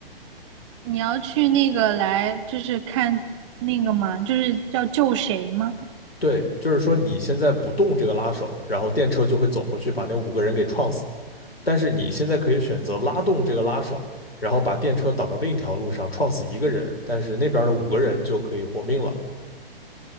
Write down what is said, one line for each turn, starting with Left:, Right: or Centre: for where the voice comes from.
Right: 你要去那个来，就是看那个嘛，就是要救谁吗？
Left: 对，就是说你现在不动这个拉手，然后电车就会走过去把那五个人给撞死。但是你现在可以选择拉动这个拉手，然后把电车导到另一条路上，撞死一个人，但是那边的五个人就可以活命了。